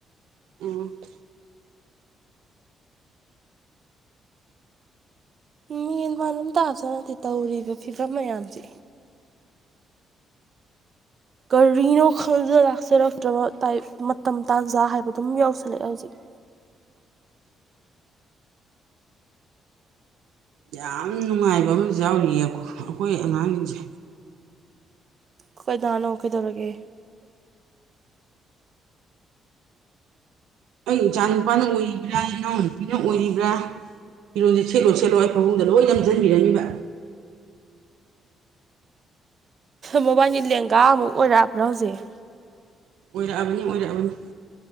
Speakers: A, on the right (about 85°); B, on the right (about 45°).
A: ꯎꯝ
B: ꯃꯤꯟ ꯃꯥꯟꯂꯝ ꯇꯥꯕꯁꯨ ꯅꯠꯇꯦ ꯇꯧꯔꯤꯕ ꯐꯤꯕꯝ ꯃꯌꯥꯝꯁꯦ ꯀꯔꯤꯅꯣ ꯈꯪꯖ ꯂꯥꯛꯆꯔꯛꯇ꯭ꯔꯕ ꯇꯥꯏꯞ ꯃꯇꯝ ꯇꯥꯟꯖꯥ ꯍꯥꯏꯕꯗꯨꯝ ꯌꯥꯎꯁꯜꯂꯛꯑꯦ ꯍꯧꯖꯤꯛ
A: ꯌꯥꯝ ꯅꯨꯡꯉꯥꯏꯕ ꯑꯃꯁꯨ ꯌꯥꯎꯔꯤꯌꯦ ꯑꯩꯈꯣꯏ ꯑꯉꯥꯡꯁꯤꯡꯁꯦ
B: ꯀꯅꯥꯅꯣ ꯀꯩꯗꯧꯔꯒꯦ
A: ꯑꯩ ꯏꯆꯥ ꯅꯨꯄꯥꯅ ꯑꯣꯏꯔꯤꯕ꯭ꯔꯥ ꯏꯅꯥꯎ ꯅꯨꯨꯄꯤꯅ ꯑꯣꯏꯔꯤꯕ꯭ꯔꯥ ꯐꯤꯔꯣꯖꯤ ꯁꯦꯂꯣꯠ ꯁꯦꯠꯂꯣ ꯑꯩ ꯐꯥꯕꯨꯡꯗ ꯂꯣꯏ ꯅꯝꯁꯤꯟꯕꯤꯔꯅꯤꯕ
B: ꯃꯕꯥꯏꯅꯤ ꯂꯦꯡꯒꯥ ꯑꯃꯨꯛ ꯑꯣꯏꯔꯛꯑꯕ꯭ꯔꯥ ꯍꯧꯖꯤꯛ
A: ꯑꯣꯏꯔꯛꯑꯕꯅꯤ ꯑꯣꯏꯔꯛꯑꯕꯅꯤ